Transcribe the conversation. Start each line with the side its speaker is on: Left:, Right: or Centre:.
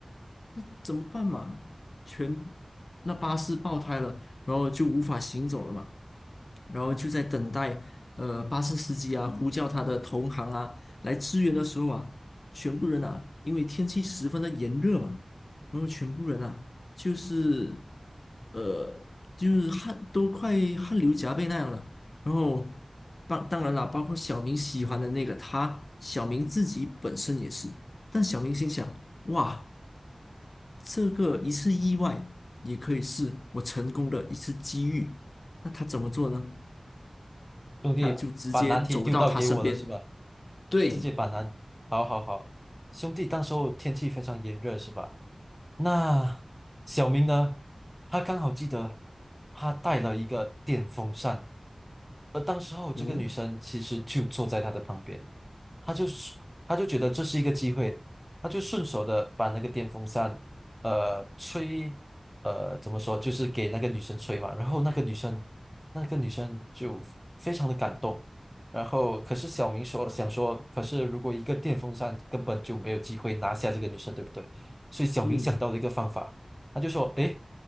Left: 那怎么办嘛？全那巴士爆胎了，然后就无法行走了嘛，然后就在等待呃巴士司机啊呼叫他的同行啊来支援的时候啊，全部人啊，因为天气十分的炎热嘛，然后全部人啊就是呃就是汗都快汗流浃背那样了，然后当当然了，包括小明喜欢的那个他，小明自己本身也是，但小明心想哇。这个一次意外，也可以是我成功的一次机遇。那他怎么做呢？
Centre: 兄弟把难题丢到给我了是吧？
Left: 他就直接走到他身边，对，
Centre: 自己把难，好好好，兄弟，当时候天气非常炎热是吧？那小明呢？他刚好记得他带了一个电风扇，而当时候这个女生其实就坐在他的旁边，
Left: 嗯
Centre: 他就是他就觉得这是一个机会，他就顺手的把那个电风扇，呃，吹，呃，怎么说，就是给那个女生吹嘛。然后那个女生，那个女生就非常的感动。然后可是小明说想说，可是如果一个电风扇根本就没有机会拿下这个女生，对不对？所以小明想到了一个方法，
Left: 嗯
Centre: 他就说，诶，